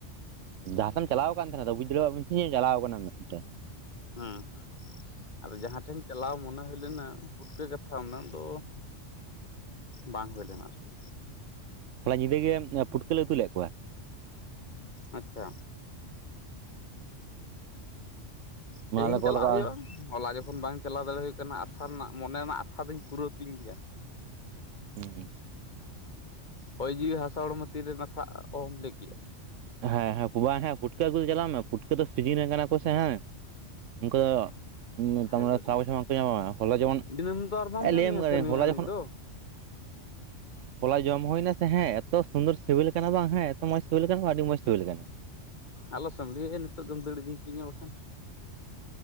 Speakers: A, on the right (about 80°); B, on the left (about 40°).
A: ᱡᱟᱦᱟᱸᱥᱮᱢ ᱪᱟᱞᱟᱣ ᱠᱟᱱ ᱛᱟᱦᱮᱱᱟ ᱛᱚ ᱵᱩᱡᱽ ᱫᱟᱲᱮᱭᱟᱜ ᱢᱮ ᱛᱷᱤᱧ ᱪᱟᱞᱟᱣ ᱠᱟᱱᱟᱢ ᱢᱮᱱ ᱛᱮ᱾
B: ᱦᱮᱸ ᱦᱮᱸ᱾ ᱟᱫᱚ ᱡᱟᱦᱟᱸ ᱴᱷᱮᱱ ᱪᱟᱞᱟᱣ ᱢᱚᱱᱮ ᱦᱩᱭ ᱞᱮᱱᱟ ᱯᱩᱴᱠᱟᱹ ᱠᱟᱛᱷᱟ ᱚᱱᱟ ᱫᱚ ᱵᱟᱝ ᱦᱳᱭ ᱞᱮᱱᱟ ᱟᱨᱠᱤ᱾
A: ᱦᱚᱞᱟ ᱧᱤᱫᱟᱹ ᱜᱮ ᱯᱩᱴᱠᱟᱹᱞᱮ ᱩᱛᱩ ᱞᱮᱫ ᱠᱚᱣᱟ ᱾
B: ᱟᱪᱪᱷᱟ᱾ ᱛᱮᱦᱮᱧ
A: ᱢᱟ ᱟᱞᱮ ᱠᱚ
B: ᱪᱟᱞᱟᱜ
A: ᱞᱟᱜᱟᱜᱼᱟ
B: ᱦᱳᱭᱳᱜᱼᱟ ᱾ ᱦᱚᱞᱟ ᱡᱚᱠᱷᱚᱱ ᱵᱟᱝ ᱪᱟᱞᱟᱣ ᱫᱟᱲᱮ ᱦᱩᱭ ᱠᱟᱱᱟ ᱟᱥᱟ ᱨᱮᱱᱟᱜ ᱢᱚᱱᱮ ᱨᱮᱱᱟᱜ ᱟᱥᱟ ᱫᱚᱧ ᱯᱩᱨᱟᱹᱣ ᱛᱤᱧ ᱜᱮᱭᱟ ᱾
A: ᱦᱮᱸ᱾
B: ᱦᱚᱭ ᱡᱤᱣᱤ ᱦᱟᱥᱟ ᱦᱚᱲᱢᱚ ᱛᱤᱨᱮ ᱱᱟᱥᱟᱜᱼᱟ ᱚᱦᱚᱢ ᱞᱟᱹᱭ ᱠᱮᱭᱟ ᱾
A: ᱦᱮᱸ ᱦᱮᱸ ᱵᱟᱝ ᱦᱮᱸ ᱯᱩᱴᱠᱟᱹ ᱟᱜᱩ ᱫᱚ ᱪᱟᱞᱟᱜ ᱢᱮ ᱯᱩᱴᱠᱟᱹ ᱫᱚ ᱥᱤᱡᱤᱱ ᱨᱮᱱ ᱠᱟᱱᱟ ᱠᱚᱥᱮ ᱦᱟᱝ᱾ ᱳᱱᱠᱳ ᱫᱚ᱾ ᱦᱩᱸ ᱛᱟᱨᱢᱟᱱᱮ
B: ᱮᱠᱵᱟᱨᱮ
A: ᱥᱟᱨᱟ ᱵᱚᱪᱷᱚᱨ ᱵᱟᱝ ᱠᱚ ᱧᱟᱢᱚᱜᱼᱟ᱾ ᱦᱚᱞᱟ ᱡᱮᱢᱚᱱ
B: ᱫᱤᱱᱟᱹᱢ ᱫᱚ ᱟᱨ ᱵᱟᱢ ᱧᱟᱢᱮᱭᱟ
A: ᱞᱟᱹᱭ ᱟᱢ ᱠᱟᱹᱱᱤᱧ
B: ᱥᱮ ᱱᱩᱭ
A: ᱦᱚᱞᱟ
B: ᱱᱩᱭ
A: ᱡᱚᱠᱷᱚᱱ
B: ᱫᱚ
A: ᱦᱚᱞᱟ ᱡᱚᱢ ᱦᱳᱭᱱᱟ ᱥᱮ ᱦᱮᱸ ᱮᱛᱚ ᱥᱩᱱᱫᱚᱨ ᱥᱮᱵᱨᱞ ᱠᱟᱱᱟ ᱵᱟᱝ ᱦᱮᱸ ᱮᱛᱚ ᱢᱚᱸᱡᱽ ᱩᱛᱩ ᱞᱮᱠᱷᱟᱱ ᱟᱹᱰᱤ ᱢᱚᱡᱽ ᱥᱤᱵᱤᱞ ᱠᱟᱱᱟ᱾
B: ᱟᱞᱚ ᱥᱮᱢ ᱞᱟᱹᱭ ᱮᱭᱟ ᱱᱤᱛᱚᱜ ᱜᱮᱢ ᱫᱟᱹᱲ ᱤᱫᱤ ᱦᱚᱪᱳᱧᱟ ᱵᱟᱠᱷᱟᱱ᱾